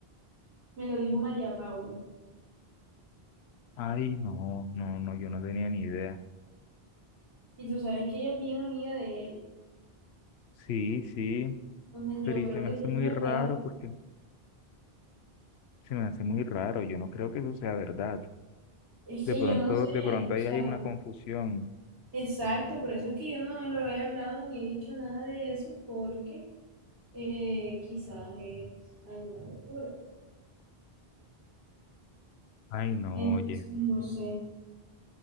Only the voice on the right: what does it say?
Me lo dijo María Paula.
Y tú sabes que ella es bien amiga de él.
Entonces
yo
creo
que
si es
verdad.
Es
que
yo no sé.
O
sea,
exacto. Por eso es que yo no lo he hablado ni he dicho nada de eso porque eh, quizás es alguna locura.
Entonces,
no sé.